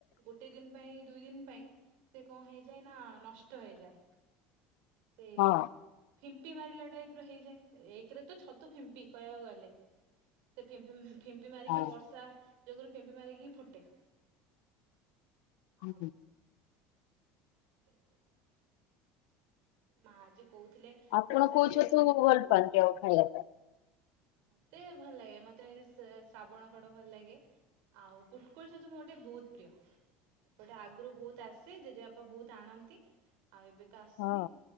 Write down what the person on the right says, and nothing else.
ଗୋଟେ ଦିନ ପାଇଁ ଦୁଇ ଦିନ ପାଇଁ ସେ କଣ ହେଇଯାଏନା ନଷ୍ଟ ହେଇଯାଏ। ସେ
ଫିମ୍ପି ମାରିଲା ଟାଇପର ହେଇଯାଏ ଏକରେତ ଛତୁ ଫିମ୍ପ ପିକ ଗଲେ ସେ ଫିମ୍ପି ମାରିକି
ବର୍ଷା ଯୋଗୁରୁ ଫିମ୍ପି ମାରିକି ଫୁଟେ
ଆଉ ସେଇ କଥା ମା ଆଜି କହୁଥିଲେ
ବର୍ଷା
ଟିକେ ହେଲେ
ମତେ ଭଲ ଲାଗେ ମତେ ଶେ ଶ୍ରାବଣ କଡ଼ ଭଲ ଲାଗେ ଆଉ ପୁଟକୁଳି ଛତୁ ମୋର ଟିକେ ବହୁତ୍ ପ୍ରିୟ। ସେଟା ଆଗରୁ ବହୁତ୍ ଆସେ ଜେଜେବାପା ବହୁତ୍ ଆଣନ୍ତି ଆଉ ଏବେତ ଆସୁନି